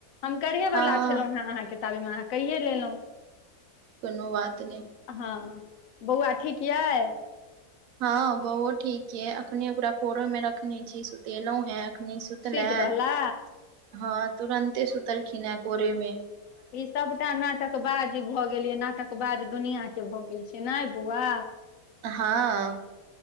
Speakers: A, on the left; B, on the right.
A: हम करहे‌
B: हँ
A: वला छलहुँ है अहाँके तबेमे अहाँ कहिये लेलहुँ
B: कोनो बात नहे
A: हँ बौआ ठीक यइ
B: हँ बओ ठीक यै अखने ओकरा कोरो में रखने छी सुतेलों है अखनी सुतल
A: सुति
B: हे
A: रहला
B: हँ तुरन्ते सुतलखिन हे कोरेमे
A: ई सबटा नाटक बाज भऽ गेल ये नाटक बाज दुनिया के भए गेल छै ने बौआ
B: हँ